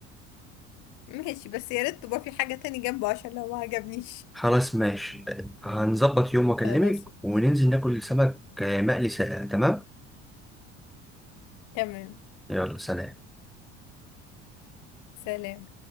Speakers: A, on the left; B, in the centre.
A: ماشي بس يا ريت تبقى في حاجه تاني جنبه عشان لو ما عجبنيش
B: خلاص ماشي هنظبط يوم واكلمك
A: خلاص ماشي
B: وننزل ناكل سمك مقلي ساقع تمام
A: تمام
B: يلا سلام
A: سلام